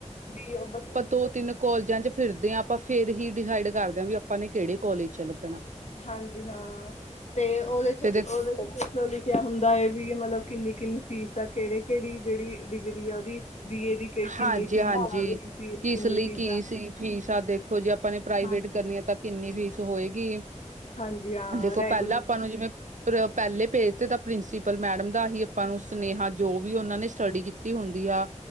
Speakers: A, on the left; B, on the right.
A: ਵੀ ਉਹ ਬਸ
B: ਦੋ-ਤਿੰਨ ਕੋਲਜਾਂ 'ਚ ਫਿਰਦੇ ਆ ਆਪਾਂ, ਫੇਰ ਹੀ ਡਿਸਾਈਡ ਕਰਦੇ ਵੀ ਆਪਾਂ ਨੇ ਕੇੜੇ ਕੋਲਜ 'ਚ ਲੱਗਨਾ।
A: ਹਾਂਜੀ ਹਾਂ, 'ਤੇ ਓਦੇ 'ਚ
B: ਤੇ ਦੇਖੋ
A: ਓਦੇ 'ਤੇ ਲਿਖਿਆ ਹੁੰਦਾ ਐ ਵੀ, ਮਤਲਬ ਕਿੰਨੀ- ਕਿੰਨੀ ਫੀਸ ਆ, ਕੇੜੇ-ਕੇੜੀ ਜੇੜੀ ਡਿਗਰੀ ਆ, ਉਹਦੀ। ਬੀ ਏ ਦੀ ਕਿੰਨੀ
B: ਹਾਂਜੀ-ਹਾਂਜੀ,
A: ਫੀਸ ਆ ਬੀ ਸੀ ਏ ਦੀ
B: ਕਿਸ
A: ਕਿੰਨੀ
B: ਲਈ
A: ਫੀਸ
B: ਕੀ
A: ਆ
B: ਸੀ ਫੀਸ ਆ, ਦੇ ਦੇਖੋ ਜੀ, ਆਪਾਂ ਨੇ ਪ੍ਰਾਈਵੇਟ
A: ਹਾਂਜੀ
B: ਕਰਨੀ ਐ, ਤਾਂ ਕਿੰਨੀ ਫੀਸ ਹੋਏਗੀ?
A: ਹਾਂਜੀ ਹਾਂ
B: ਦੇਖੋ
A: ਰੈਗੂਲਰ
B: ਪੈਲਾਂ ਆਪਾਂ ਨੂੰ ਜਿਵੇਂ ਪਰ ਪੈਲੇ ਪੇਜ ਤੇ ਤਾਂ ਪ੍ਰਿੰਸੀਪਲ ਮੈਡਮ ਦਾ ਹੀ ਅਪਾਂ ਨੂੰ ਸੁਨੇਹਾ ਜੋ ਵੀ ਓਨਾਂ ਨੇ ਸਟਡੀ ਕੀਤੀ ਹੁੰਦੀ ਆ